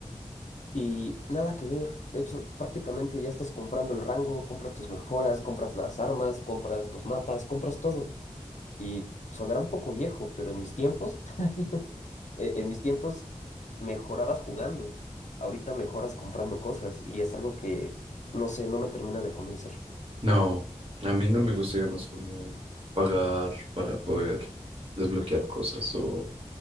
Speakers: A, on the left (about 65°); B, on the right (about 45°).
A: y nada que ver. De hecho, prácticamente ya estás comprando el rango, compras tus mejoras, compras las armas, compras los mapas, compras todo. Y sonará un poco viejo, pero en mis tiempos, <laughs> e- en mis tiempos mejorabas jugando. Ahorita mejoras comprando cosas y es algo que, no sé, no me termina de convencer.
B: No, a mí no me gusta, digamos, como pagar para poder desbloquear cosas o